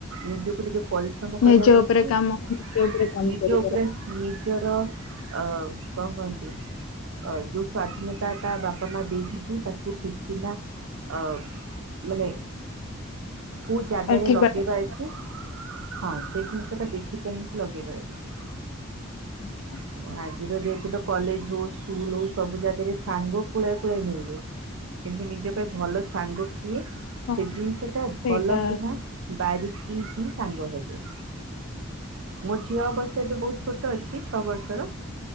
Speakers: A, on the right (about 70°); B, on the left (about 70°).
A: ନିଜକୁ ଟିକେ। ପରିଶ୍ରମ କରିବାକୁ
B: ନିଜ ଉପରେ
A: ଅଛି
B: କାମ ନିଜ ଉପରେ କାମ
A: ନିଜ
B: କରିବାର
A: ଉପରେ। ନିଜର ଅ କଣ କହନ୍ତି। ଅ ଯୋଉ ସ୍ଵାଧୀନତା ତା ବାପା ମା ଦେଇଛନ୍ତି ତାକୁ ଠିକ୍ କିନା ଅ। ମାନେ କୋଉ ଜାଗାରେ
B: ଠିକ
A: ଲଗେଇବାର
B: ବାଟ
A: ଅଛି। ହଁ ସେଇ ଜିନିଷ ଟା ଦେଖି ଚାହିଁକି ଲଗେଇବାର ଅଛି।
B: ଆଜ୍ଞା ଆଚ୍ଛା।
A: ଆଉ ଆଜିର ଡେଟ୍ ତ କଲେଜ ଯୋ ସ୍କୁଲ୍ ହଉ ସବୁ ଜାଗାରେ ସାଙ୍ଗ ପୁଳାଏ ପୁଳାଏ ମିଳିବେ କିନ୍ତୁ ନିଜ। ତ ଏ ଭଲ ସାଙ୍ଗ କିଏ
B: ହଁ
A: ସେ ଜିନିଷ ଟା
B: ସେଇଟା
A: ଭଲକିନା। ବାରିକି ହି ସାଙ୍ଗ ହେବେ। ମୋ ଝିଅ ଅବଶ୍ୟ ଏବେ ବହୁତ୍ ଛୋଟ ଅଛି ଛଅ ବର୍ଷର